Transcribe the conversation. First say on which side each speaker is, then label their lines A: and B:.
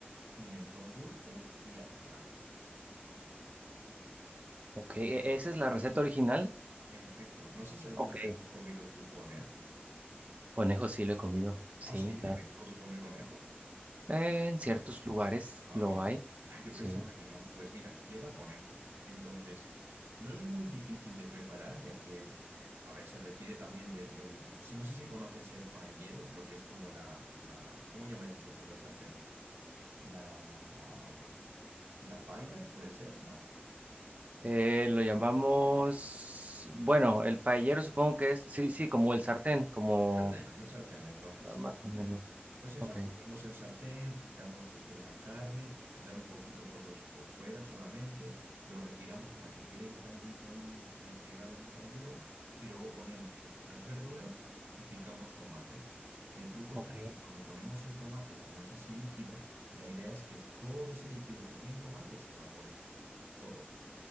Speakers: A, on the right (about 80°); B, on the right (about 35°).
A: pimentón dulce y azafrán.
B: Ok, ¿e- ¿esa es la receta original?
A: En efecto, no sé si alguna
B: Ok.
A: vez has comido tu conejo.
B: Conejo sí lo he comido, sí,
A: Ah, sí,
B: claro.
A: ¿en México se come conejo?
B: Eh, en ciertos lugares
A: Ah,
B: lo
A: mira.
B: hay,
A: Ah, Yo
B: sí.
A: pensaba que no. Pues mira, lleva conejo. Entonces, no es muy difícil de preparar, ya que, eh, a ver, se requiere también de- del... No, si- no sé si conoces el paellero, lo que es como la, la... ¿Cómo llamáis vosotros la sartén? La... ¿La pailas puede ser? No.
B: Eh, lo llamamos, bueno, el paellero supongo que es, sí, sí, como el sartén, como
A: El sartén, el sartén, entonces,
B: ah,
A: sí,
B: más
A: el sartén.
B: o menos.
A: Pues eso,
B: Ok.
A: cogemos el sartén, fritamos este, la carne, fritar un poquito por los, por fuera solamente, lo retiramos para que quede el caldito ahí eh, pegado en el payero y luego ponemos este, las verduras y picamos tomate. El truco
B: Ok,
A: está en que cuando ponemos el tomate, como es así líquido, la idea es que todo ese líquido que tiene el tomate se evapore, todo.